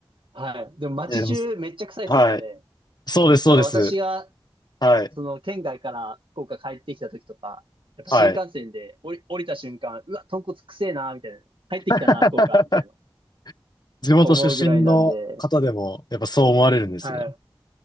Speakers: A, on the right; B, on the left.
A: はい。でも、街中めっちゃ臭いですもんね。
B: いや、でも、はい。そうです、そうです。
A: なんか私が、
B: はい。
A: その、県外から福岡帰ってきた時とか、やっぱ新幹線で降り、
B: はい。
A: 降りた瞬間、うわ、豚骨くせえな、みたいな。帰ってきたな、
B: <laughs>
A: 福岡、みたいな。
B: 地元出身の方でも、
A: 思うぐらいなんで、
B: やっぱそう思われるんですね。
A: は